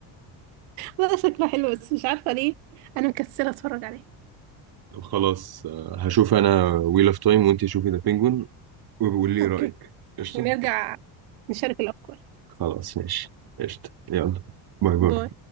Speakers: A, on the right (about 80°); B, on the right (about 45°).
A: لا شكله حلو بس مش عارفة ليه أنا مكسلة أتفرج عليه
B: طب خلاص آه، هشوف انا ويل اوف تايم وانت شوفي ذا بينجوين وبقول لي
A: أوكي
B: رايك قشطه
A: ونرجع نشارك الأفكار
B: خلاص ماشي قشطه يلا باي باي
A: باي